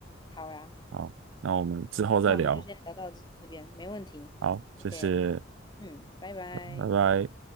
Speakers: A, on the left; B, on the right.
A: 好呀，
B: 好，那我们之后再聊。
A: 那我们就先聊到这这边，没问题。
B: 好，谢谢，
A: OK，嗯，拜拜。
B: 拜拜。